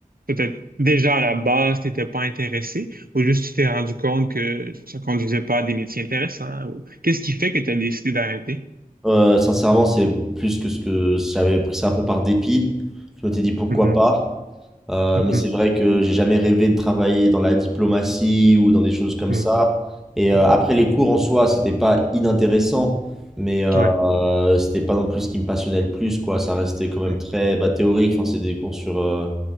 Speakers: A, on the right (about 85°); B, in the centre.
A: peut-être déjà à la base, tu n'étais pas intéressé, ou juste tu t'es rendu compte que ça conduisait pas à des métiers intéressants? ou- Qu'est-ce qui fait que tu as décidé d'arrêter?
B: Euh, sincèrement c'est plus que ce que j'avais pris ça un peu par dépit. Je m'étais dit pourquoi
A: Mhm,
B: pas. Euh,
A: mhm,
B: mais c'est vrai que j'ai jamais rêvé de travailler dans la diplomatie ou dans des choses comme
A: mhm,
B: ça. Et
A: mhm.
B: euh, après les cours en soi, c'était pas inintéressant, mais euh,
A: Ouais.
B: c'était pas non plus ce qui me passionnait le plus, quoi. Ça restait quand même
A: Ouais.
B: très bah, théorique. Enfin, c'est des cours sur euh,